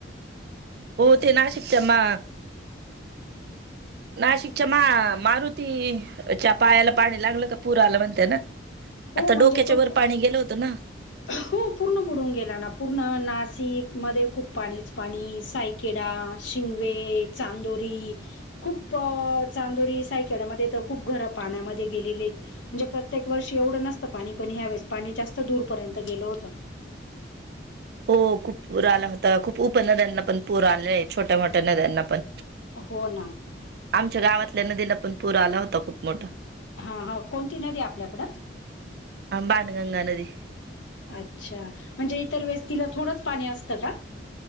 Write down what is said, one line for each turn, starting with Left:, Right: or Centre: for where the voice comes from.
Right: हो ते नाशिकच्या मा
Left: <inaudible>
Right: नाशिकच्यामा मारुती च्या पायाला पाणी लागल का पुर आला म्हणते ना,
Left: हो
Right: आता
Left: म्हणजे
Right: डोक्याच्या
Left: तो
Right: वर
Left: पू-
Right: पाणी गेल होत ना.
Left: हो पूर्ण बुडून गेला ना पूर्ण नाशिक मध्ये खूप पाणीच पाणी साय किडा, शिंगवे, चांदोरी खूप चांदोरी सायकाळ्यामध्ये तर खूप घर पाण्यामध्ये गेलेले आहेत. म्हणजे प्रत्येक वर्षी एवढ नसत पाणी पण ह्यावेळेस पाणी जास्त दूरपर्यंत गेल होत.
Right: हो खूप पूर आला होता खूप उपनद्यांना पण पूर आलेला आहे छोट्या मोठ्या नद्यांना पण.
Left: हो ना
Right: आमच्या गावातल्या नदीला पण पूर आला होता खूप मोठा.
Left: हा हा कोणती नदी आहे आपल्याकड.?
Right: बाणगंगा नदी.
Left: अच्छा, म्हणजे इतर वेळेस तिला थोडंच पाणी असत का.